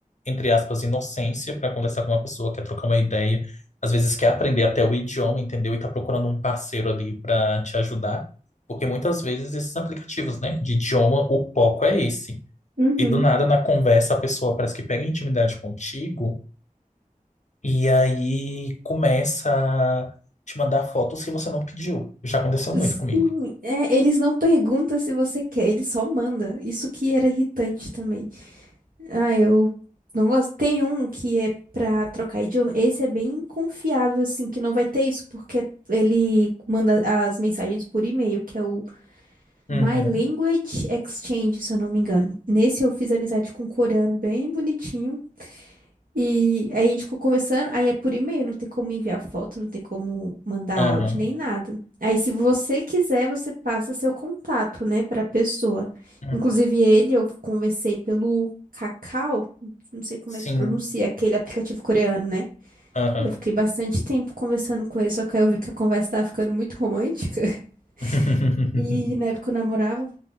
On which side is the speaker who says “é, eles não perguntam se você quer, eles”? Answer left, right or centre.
Right